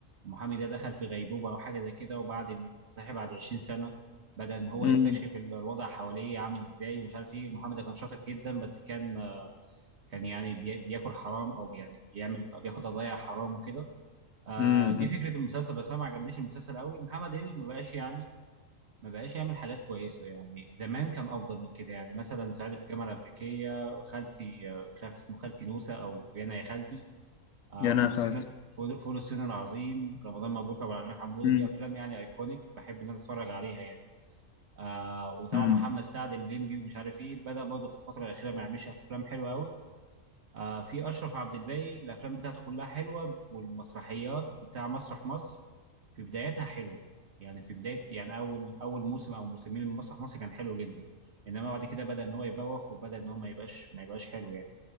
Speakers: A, on the right (about 60°); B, on the left (about 80°).
A: المحامي ده دخل في غيبوبة او حاجة زي كده وبعد صحي بعد 20 سنة بدأ ان هو
B: امم
A: يستكشف ال- الوضع حواليه عامل ازاي ومش عارف ايه المحامي ده كان شاطر جدا بس كان آه، كان يعني بي- بياكل حرام او يعني بيعمل بياخد قضايا حرام وكده آه،
B: امم
A: دي
B: امم.
A: فكرة المسلسل بس انا ما عجبنيش المسلسل قوي محمد هنيدي ما بقاش يعني ما بقاش يعمل حاجات كويسة يعني زمان كان أفضل من كده يعني مثلا ساعتي في الجامعة الأمريكية خالتي آه، مش عارف اسمه خالتي نوسة أو يانا يا خالتي آه،
B: يا
A: فول
B: انا
A: الصين
B: خالتي
A: فول فول الصين العظيم رمضان مبروك أبو العلمين حمودة
B: امم
A: دي أفلام يعني أيكونيك بحب إن أنا أتفرج عليها يعني آه وطبعا
B: امم
A: محمد سعد الليمبي ومش عارف إيه بدأ برضه في الفترة الأخيرة ما يعملش أفلام حلوة أوي آه في اشرف عبد الباقي الافلام بتاعته كلها حلوه والمسرحيات بتاع مسرح مصر في بدايتها حلوه يعني في بدايه يعني اول اول موسم او موسمين من مسرح مصر كان حلو جدا انما بعد كده بدا ان هو يبوخ وبدا ان هو ما يبقاش ما يبقاش حلو يعني